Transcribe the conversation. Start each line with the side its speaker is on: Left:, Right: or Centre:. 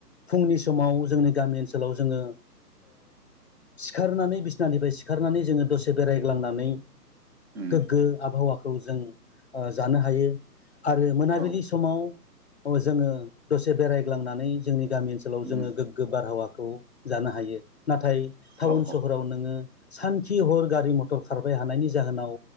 Left: फुंनि समाव जोंनि गामि ओनसोलाव जोंङो सिखारनानै बिसनानिफ्राय सिखारनानै जोंङो दसे बेरायग्लांनानै
Right: उम
Left: गोगो आबहावाखौ जों जानो हायो आरो मोनाबिलि
Right: औ उम औ
Left: समाव जोंङो दसे बेरायग्लांनानै जोंनि गामि ओनसोलाव
Right: उम
Left: जोंङो गोगो बारहावाखौ जानो हायो नाथाय
Right: औ
Left: टाउन
Right: औ
Left: सहराव नोंङो सानखि हर गारि मथर खारबाय हानायनि जाहोनाव